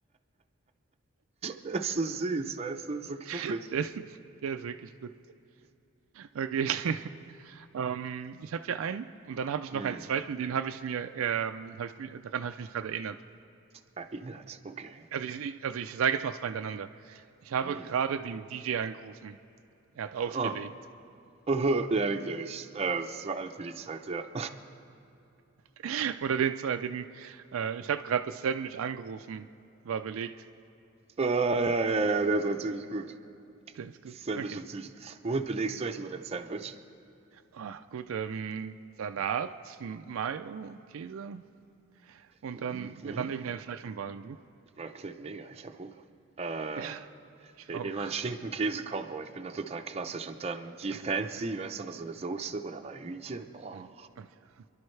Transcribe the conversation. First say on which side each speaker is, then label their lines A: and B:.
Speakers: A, on the right (about 30°); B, on the right (about 70°).
A: Das ist so süß, weißt du? So knuffig.
B: <laughs> Der ist, der ist wirklich gut. Okay. <laughs> Ähm, ich habe hier einen und dann habe ich noch
A: Hm.
B: einen zweiten, den habe ich mir, ähm, habe ich mir, daran habe ich mich gerade erinnert.
A: Erinnert, okay.
B: Also ich, ich- also ich sage jetzt mal zwei hintereinander. Ich habe
A: Hm.
B: gerade den DJ angerufen. Er hat aufgelegt.
A: Oh. Oh, Ja, den kenne ich. Äh, so alt wie die Zeit, ja.
B: <laughs> Oder den zwei, den, äh, ich habe gerade das Sandwich angerufen, war belegt.
A: Ah, ja, ja, ja, der ist natürlich gut.
B: Der ist gut.
A: Sandwich
B: Okay.
A: ist süß. Womit belegst du eigentlich immer dein Sandwich?
B: Ah, gut, ähm, Salat, M- Mayo, Käse und
A: Mhm.
B: dann, dann irgendein Fleisch und Ball. Und du?
A: Das klingt mega, ich habe Hunger. Äh,
B: Ja, ich auch.
A: immer ein Schinken-Käse-Kombo. Ich bin da total klassisch. Und dann je fancy,
B: Okay. Ah,
A: weißt du, noch so eine Soße oder mal Hühnchen. Oh,
B: hm, okay. <laughs>